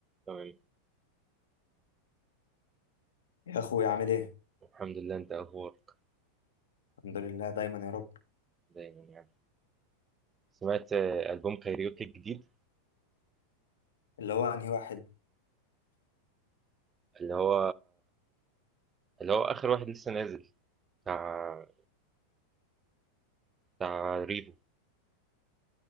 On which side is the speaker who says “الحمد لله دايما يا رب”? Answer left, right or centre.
Left